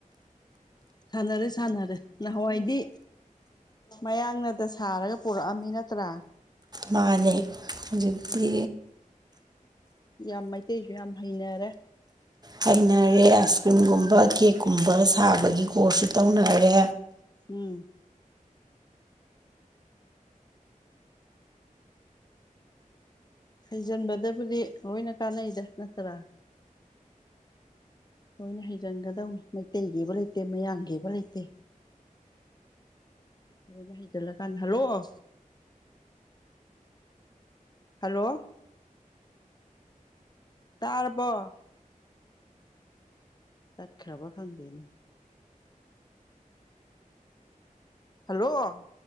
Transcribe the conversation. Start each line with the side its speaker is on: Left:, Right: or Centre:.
Left: ꯁꯥꯟꯅꯔꯦ ꯁꯥꯟꯅꯔꯦ ꯅꯍꯥꯟꯋꯥꯏꯗꯤ ꯃꯌꯥꯡꯅꯗ ꯁꯥꯔꯒ ꯄꫭꯔꯛꯑꯝꯃꯤ ꯅꯠꯇ꯭ꯔ
Right: ꯃꯥꯅꯦ ꯍꯨꯖꯤꯛꯇꯤ
Left: ꯌꯥꯝ ꯃꯩꯇꯩꯁꯨ ꯌꯥꯝ ꯍꯩꯅꯔꯦ
Right: ꯍꯩꯅꯔꯦ ꯑꯥꯏꯁ ꯀ꯭ꯔꯤꯝꯒꯨꯝꯕ ꯀꯦꯛꯀꯨꯝꯕ ꯁꯥꯕꯒꯤ ꯀꯣꯔꯁꯁꯨ ꯇꯧꯅꯔꯦ
Left: ꯎꯝ ꯍꯩꯖꯟꯕꯗꯕꯨꯗꯤ ꯂꯣꯏꯅ ꯀꯥꯟꯅꯩꯗ ꯅꯠꯇ꯭ꯔ ꯂꯣꯏꯅ ꯍꯩꯖꯟꯒꯗꯧꯅꯤ ꯃꯩꯇꯩꯒꯤꯕ ꯂꯩꯇꯦ ꯃꯌꯥꯡꯒꯤꯕ ꯂꯩꯇꯦ <unintelligible> ꯍꯩꯖꯜꯂꯀꯥꯟꯗ ꯍꯜꯂꫭ ꯍꯜꯂꯣ ꯇꯥꯔꯕꯣ ꯇꯠꯈ꯭ꯔꯕ ꯈꯪꯗꯦꯅꯦ ꯍꯜꯂꯣ